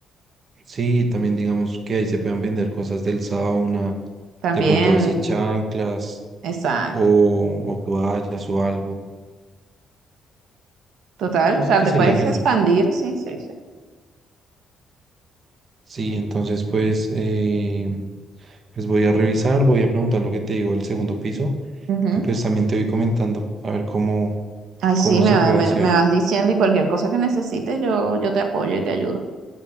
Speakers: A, on the right; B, on the right.
A: sí, también digamos que ahí se puedan vender cosas del sauna,
B: También,
A: de pronto a veces chanclas
B: exacto.
A: o, o toallas o algo.
B: Total,
A: Siento
B: o sea,
A: que
B: te
A: sería
B: puedes
A: genial.
B: expandir, sí, sí, sí.
A: Sí, entonces pues, eh, pues voy a revisar, voy a preguntar lo que te digo del segundo piso
B: Ujú.
A: y pues también te voy comentando a ver cómo,
B: Ay, sí,
A: cómo
B: me,
A: se
B: va-
A: puede
B: me,
A: hacer.
B: me vas diciendo y cualquier cosa que necesites, yo, yo te apoyo y te ayudo.